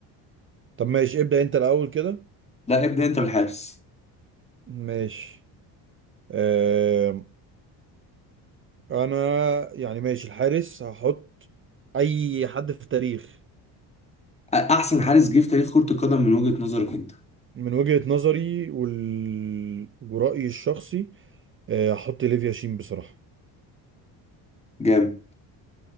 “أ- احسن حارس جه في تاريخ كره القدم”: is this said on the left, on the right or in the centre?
Left